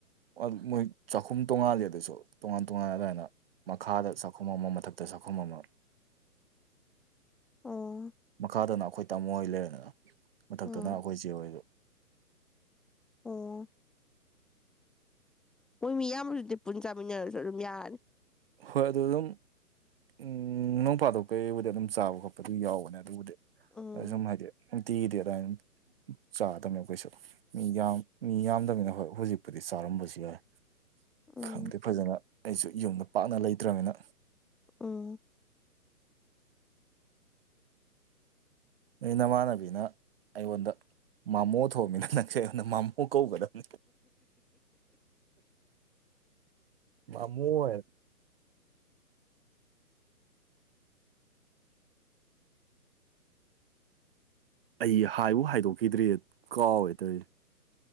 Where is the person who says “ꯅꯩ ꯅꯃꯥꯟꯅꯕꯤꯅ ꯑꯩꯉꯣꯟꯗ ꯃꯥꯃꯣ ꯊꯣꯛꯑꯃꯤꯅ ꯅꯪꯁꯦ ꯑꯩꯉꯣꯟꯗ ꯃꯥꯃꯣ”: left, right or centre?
Right